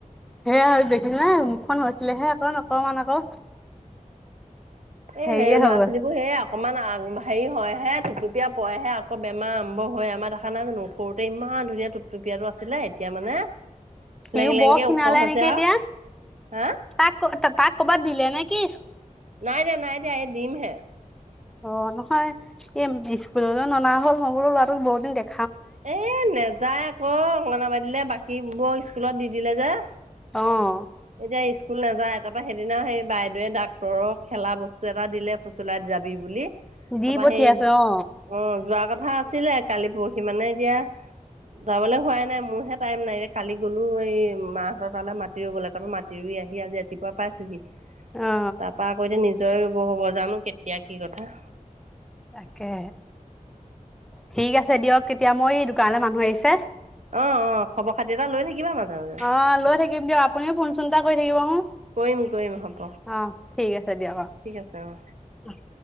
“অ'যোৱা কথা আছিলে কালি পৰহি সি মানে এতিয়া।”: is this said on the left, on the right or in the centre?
Right